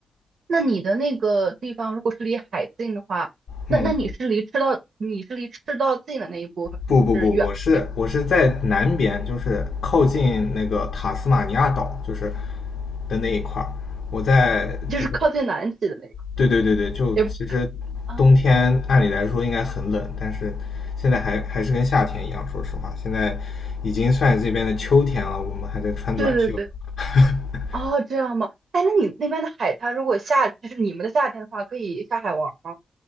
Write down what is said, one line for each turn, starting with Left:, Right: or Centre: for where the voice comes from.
Right: 那你的那个地方如果是离海近的话，那那你是离赤道，
Left: 嗯。
Right: 你是离赤道近的那一部分，
Left: 不不不，
Right: 是远的地方
Left: 我是我是在南边，就是靠近那个塔斯马尼亚岛，就是的那一块儿。我在就是
Right: 就是靠近南极的那一块。
Left: 对对对对，就其实
Right: 也啊，
Left: 冬天按理来说应该很冷，但是现在还还是跟夏天一样。说实话，现在已经算这边的秋天了，我们还在穿短袖。
Right: 对对对，
Left: <laughs>
Right: 哦，这样吗？哎，那你那边的海滩，如果夏，就是你们的夏天的话，可以下海玩吗？